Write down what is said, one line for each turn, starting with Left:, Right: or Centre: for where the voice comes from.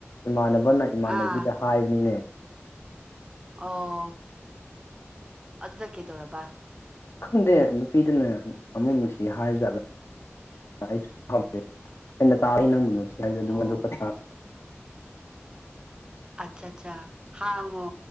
Left: ꯏꯃꯥꯟꯅꯕꯅ ꯏꯃꯥꯟꯅꯕꯤꯗ
Right: ꯑꯥ
Left: ꯍꯥꯏꯕꯅꯤꯅꯦ
Right: ꯑꯣ ꯑꯗꯨꯗ ꯀꯩꯗꯧꯔꯕ
Left: ꯈꯪꯗꯦ ꯅꯨꯄꯤꯗꯨꯅ ꯑꯃꯨꯛ ꯅꯨꯡꯁꯤ ꯍꯥꯏꯕꯖꯥꯠ ꯑꯗꯨ ꯑꯩꯁꯨ ꯑꯩꯅ ꯇꯥ ꯅꯪꯕꯨ ꯅꯨꯡꯁꯤ ꯍꯥꯏꯕꯗ ꯑꯗꯨꯝ
Right: ꯑꯣ
Left: ꯃꯗꯨ ꯈꯔ ꯊ
Right: ꯑꯠꯆꯥ ꯑꯠꯆꯥ ꯍꯥꯡꯉꯣ